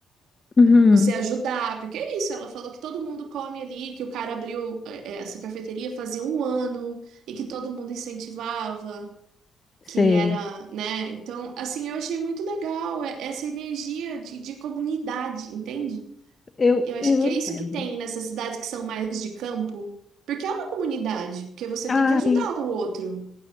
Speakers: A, on the left; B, on the right.
A: uhum,
B: você ajudar, porque é isso, ela falou que todo mundo come ali, que o cara abriu é, essa cafeteria fazia um ano e que todo mundo incentivava
A: sei.
B: que era, né? Então, assim, eu achei muito legal é- essa energia de, de comunidade, entende?
A: Eu,
B: Eu acho
A: eu
B: que
A: entendo.
B: é isso que tem nessas cidades que são mais de campo, porque é uma comunidade, porque você
A: Ai,
B: tem que ajudar o outro.